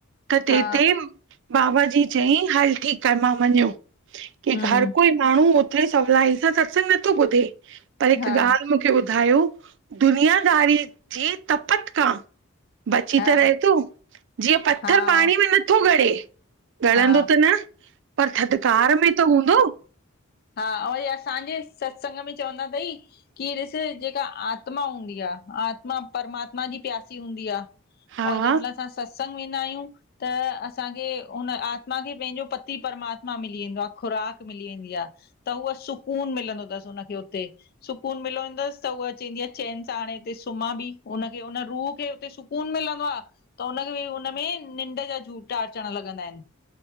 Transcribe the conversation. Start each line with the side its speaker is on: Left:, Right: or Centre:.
Right: त तैं
Left: हा
Right: तेे बाबा जी चईं हल ठीक आ मां मञो कि
Left: हम्म
Right: हर कोई माण्हू ओतिरी सवलाई सां सत्संग नथो ॿुधे पर हिकु
Left: हा
Right: ॻाल्हि <unintelligible> <unintelligible> ॿुधायो दुनियादारी जे तपत खां बची
Left: हा
Right: त रहे थो जीअं पथर
Left: हा
Right: पाणी में नथो गड़े ॻणंदो
Left: हा
Right: त न पर थधिकार में त हूंदो
Left: हा वरी असांजे सत्संग में चवंदा थई की ॾिसु जेका आत्मा हूंदी आहे आत्मा परमात्मा जी प्यासी हूंदी आहे
Right: हा
Left: और जंहिं महिल असां सत्संग वेंदा आहियूं त असांखे उन आत्मा खे पंहिंजो पति परमात्मा मिली वेंदो आहे ख़ुराक मिली वेंदी आहे त उअ सुकून मिलंदो अथसि हुनखे हुते सुकून मिलंदुसि त उहा चंदी आहे चैन सां हाणेते सुम्हां बि हुनखे हुन रूह खे हुतेू सुक् सुकून मिलंदो आहे त हुनखे बि उन में निंड जा झूटा अचण लॻंदा आहिनि